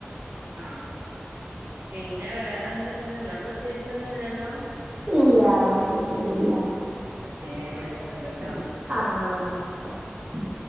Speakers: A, on the right (about 80°); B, on the right (about 25°).
A: ആഹ് പിന്നെ വേറെന്താ പിന്നെന്ന പ്രത്യേകിച്ച് ഒന്നുല്ലല്ലോ
B: ഇല്ല പ്രത്യേകിച്ച് എത്തുല്ല
A: എന്ന ശരി ഞാ വിളിക്കണ്ട്ട്ടോ
B: ആഹ് ന്നാ അയിക്കോട്ടെ ശരി